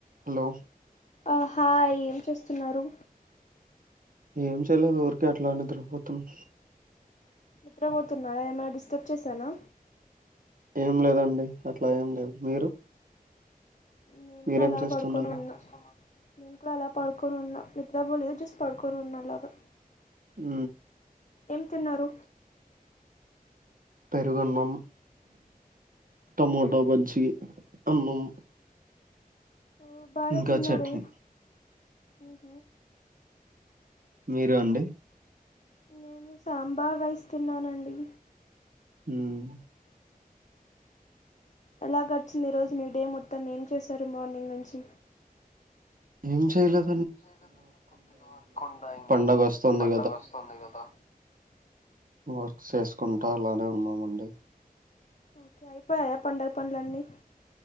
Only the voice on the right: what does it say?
Hello
ఏం చెయలెదు ఊర్ కే అట్లా నిద్ర పోతన్న
ఏం లేదండి అట్లా ఏం లేదు మీరు
మీరేం
చేస్తున్నారు
ఉ
పెరుగన్నం టమోట్ ట బజ్జి అన్నం
ఇంకా
చట్నీ
మ అండి
హుమ్మ్
ఏం చెయ్య లేదు
పండగ వస్తుంది
వర్క్ చేసుకుంటా అలానే ఉన్నామండి